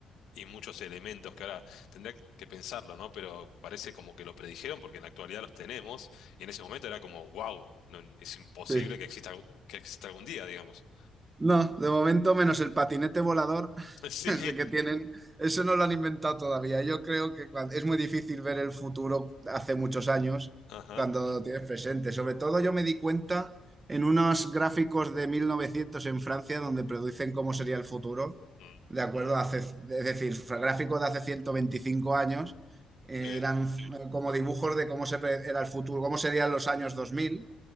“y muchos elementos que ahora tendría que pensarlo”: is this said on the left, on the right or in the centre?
Left